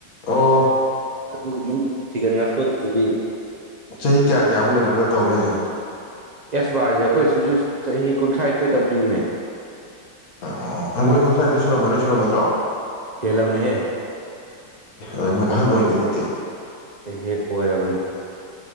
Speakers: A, on the left (about 50°); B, on the right (about 65°).
A: ꯑꯣ
B: ꯑꯗꯨꯒ ꯊꯤꯀꯅ ꯅꯄꯣ ꯑꯗꯨꯗꯤ
A: ꯆꯍꯤ ꯀꯌꯥ ꯀꯌꯥꯃꯨꯛ ꯂꯩꯔꯒ ꯇꯧꯒꯦꯁꯦ
B: ꯑꯦꯁ ꯕꯥꯔꯁꯦ ꯑꯩꯈꯣꯏ ꯁꯤꯁꯨ ꯆꯍꯤ ꯀꯨꯟꯊ꯭ꯔꯥꯅꯤꯊꯣꯏꯗꯪ ꯄꯤꯕꯅꯦ
A: ꯑꯣ ꯑꯣ ꯃꯣꯏ ꯀꯨꯝꯊꯥꯗꯗꯤ ꯁꯨꯔꯃꯔꯣꯏ ꯁꯨꯔꯝꯃꯗ꯭ꯔꯣ
B: ꯍꯦꯜꯂꯕꯅꯦꯍꯦ
A: ꯑꯦ ꯃꯣꯏ ꯑꯍꯟ ꯑꯣꯏꯔꯦ ꯑꯗꯨꯗꯤ
B: ꯍ ꯍꯦꯛ ꯑꯣꯏꯔꯕꯅꯤ